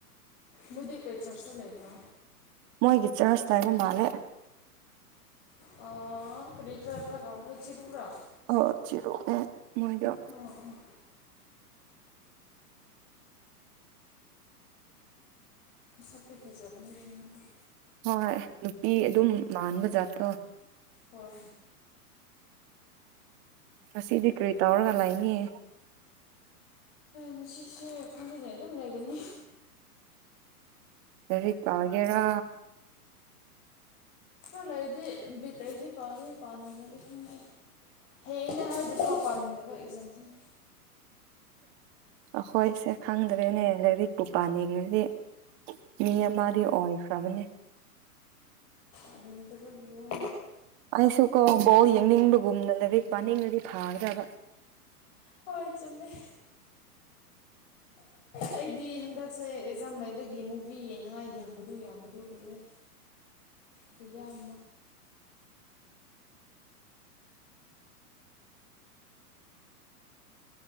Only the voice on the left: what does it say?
ꯃꯕꯨꯗꯤꯑꯣ ꯀꯩ ꯆꯔ ꯆ ꯂꯩꯕ꯭ꯔꯣ
ꯑ ꯀꯔꯤ ꯇ꯭ꯔꯥꯄ꯭ꯔꯥ ꯀꯥꯎ ꯍꯥꯏ ꯆꯔ ꯄꯨꯥ
ꯑꯣ ꯑꯣ ꯁꯞ꯭ꯤꯐꯥꯏꯖ ꯑꯗꯨꯅ ꯂꯩꯉꯥꯡꯒꯤ
ꯍꯣꯏ ꯍꯣꯏ
ꯉꯁꯤꯁꯦ ꯈꯟꯗꯅꯦ ꯑꯗꯨꯝ ꯂꯩꯒꯅꯤ
ꯈꯔ ꯂꯩꯗꯤ ꯕꯤꯠ ꯂꯩꯗꯤ ꯄꯥꯉꯦ ꯄꯥꯗ ꯂꯩꯗꯤ ꯈꯪꯉꯦ ꯍꯌꯦꯡꯅꯦ ꯍꯥꯏꯗꯤꯀꯥꯎ ꯄꯥꯅꯤꯡꯗꯕ ꯑꯦꯛꯖꯥꯝꯁꯦ
ꯥꯅꯤꯡꯗꯕꯒꯤ ꯋꯥ
ꯍꯣꯏ ꯆꯨꯝꯃꯦ ꯑꯩꯗꯤ ꯍꯟꯗꯛꯁꯦ ꯑꯦꯛꯖꯥꯝ ꯂꯩꯕꯒꯤ ꯃꯨꯚꯤ ꯌꯦꯡꯅꯤꯉꯥꯏ ꯌꯥꯝꯕꯗꯨ ꯌꯥꯝꯕꯗꯨ ꯂꯣꯏꯔꯦ ꯀꯌꯥꯑꯃ